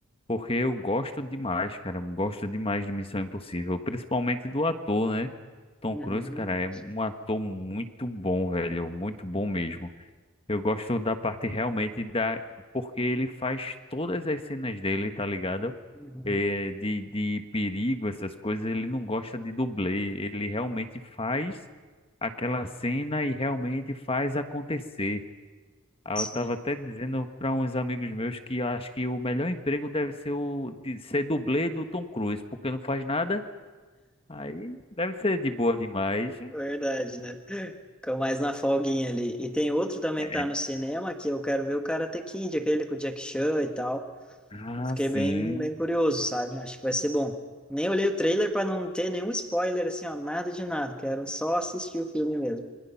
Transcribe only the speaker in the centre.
Uhum,
uhum,
sim,
verdade, né? Fica mais na folguinha ali. E tem outro também
que tá no cinema, que eu quero ver o Karate Kid, aquele com o Jack Chan e tal.
Eu fiquei
bem, bem curioso, sabe? Acho que vai ser bom. Nem olhei o trailer para não ter nenhum spoiler, assim, ó, nada de nada. Quero só assistir o filme mesmo.